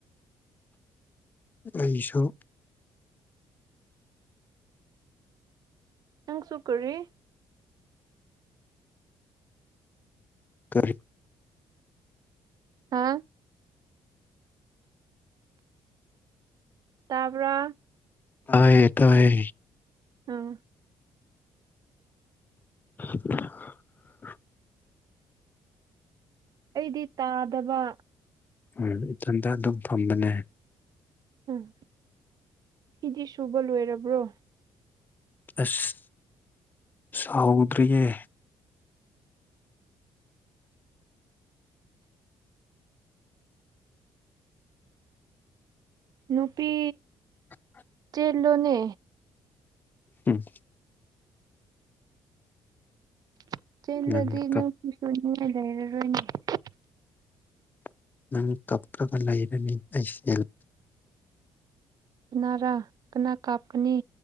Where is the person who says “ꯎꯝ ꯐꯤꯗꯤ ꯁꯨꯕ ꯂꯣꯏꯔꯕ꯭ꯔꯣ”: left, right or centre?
Right